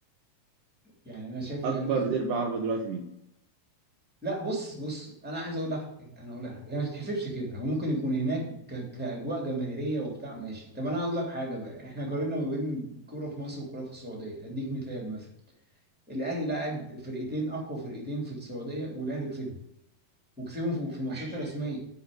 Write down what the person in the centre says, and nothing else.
يعني انا شايف الاهلي
والز...
لا بص بص انا عايز اقول لك حاجة- انا اقول لك حاجه هي ما تتحسبش كده هو ممكن يكون هناك ك... كاجواء جماهيريه وبتاع ماشي طب انا هقول لك حاجه بقى احنا قارنا ما بين الكوره في مصر والكوره في السعوديه هديك مثال مثلا الاهلي لعب فرقتين اقوى فرقتين في السعوديه والاهلي كسبهم وكسبهم في في ماتشات
رسميه